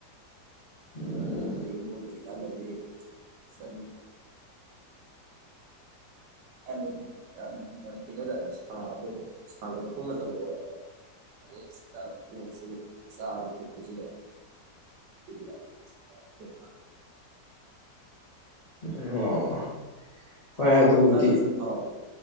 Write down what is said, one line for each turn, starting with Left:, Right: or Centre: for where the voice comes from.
Right: <unintelligible>
Left: ꯎꯝ
Right: ꯍꯥꯏꯕꯗꯤ ꯌꯥꯝ ꯅꯨꯡꯉꯥꯏꯇꯦ ꯍꯥꯏꯇꯥꯔꯦ ꯁꯥꯕꯒ ꯁꯥꯒꯠꯂꯛꯄꯒ ꯇꯧꯕ <unintelligible> ꯆꯥꯕ ꯊꯛꯄꯁꯨ <unintelligible> <inaudible>
Left: ꯑꯣ ꯍꯣꯏ
Right: ꯅꯨꯡꯁꯥ ꯁꯥꯒꯠꯂꯛꯀꯥꯟꯗꯁꯨ
Left: ꯑꯗꯨꯕꯨꯗꯤ
Right: ꯍꯥꯎ